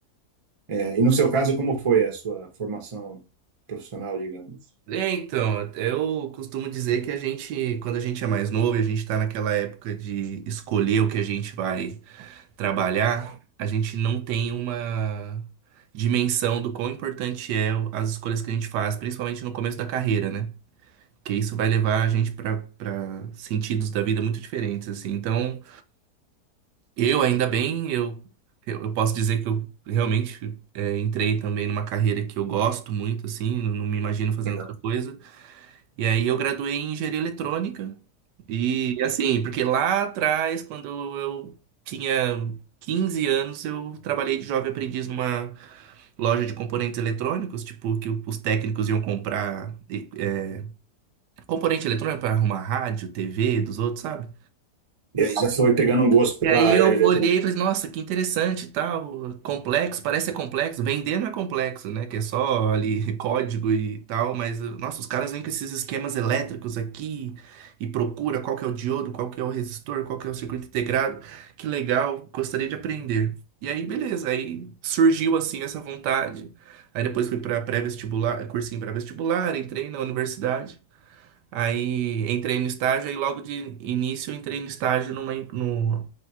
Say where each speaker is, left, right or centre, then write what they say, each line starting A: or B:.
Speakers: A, on the right; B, on the right.
A: É, e no seu caso, como foi a sua formação profissional, digamos?
B: É, então, eu costumo dizer que a gente, quando a gente é mais novo, e a gente está naquela época de escolher o que a gente vai trabalhar, a gente não tem uma dimensão do quão importante é o- as escolhas que a gente faz, principalmente no começo da carreira, né? Porque isso vai levar a gente para para sentidos da vida muito diferentes, assim. Então, eu ainda bem, eu, eu eu posso dizer que eu realmente é, entrei também numa carreira que eu gosto muito, assim, não não me imagino fazendo
A: Legal.
B: outra coisa. E aí eu graduei em engenharia eletrônica. E assim, porque lá atrás, quando eu tinha 15 anos, eu trabalhei de jovem aprendiz numa loja de componentes eletrônicos, tipo, que os técnicos iam comprar eh, componente eletrônico para arrumar rádio, TV dos outros, sabe?
A: E aí já foi pegando um gosto
B: E
A: pela
B: aí
A: área
B: eu
A: eletrônica.
B: olhei e falei, nossa, que interessante, e tal, complexo, parece ser complexo. Vender não é complexo, né? Que é só ali <laughs> código e tal, mas nossa, os caras vêm com esses esquemas elétricos aqui e procura qual que é o diodo, qual que é o resistor, qual que é o circuito integrado. Que legal, gostaria de aprender. E aí, beleza, aí surgiu assim essa vontade. Aí depois fui para pré-vestibular, cursinho pré-vestibular, entrei na universidade. Aí entrei no estágio, aí logo de início eu entrei no estágio numa, no,